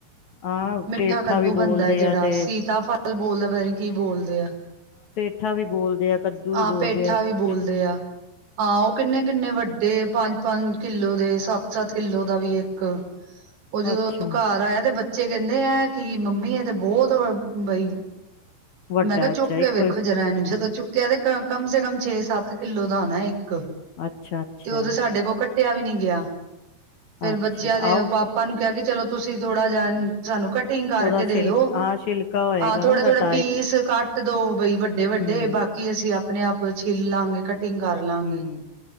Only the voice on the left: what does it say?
ਆਹ
ਪੇਠਾ
ਵੀ ਬੋਲਦੇ
ਆ ਤੇ
ੱਠ ਵੀ <unintelligible> ਕੱਦੂ
ਵੀ ਬੋਲਦੇ
ਆ
ਅੱਛ-
ਅੱਛਾ
ਵੱਡਾ
ਅੱਛਾ ਇੱਕੋ
ਹੀ
ਅੱਛਾ ਅੱਛਾ
ਅੱਛਾ
ਆਹੋ
ਉਹਹਦਾ ਸ਼ਿਲਕਾ
ਹਾਂ ਛਿਲਕਾ ਹੋਏਗਾ
ਨਾ ਉਹਦਾ
ਟ
ਹੂੰ
ਹੂੰ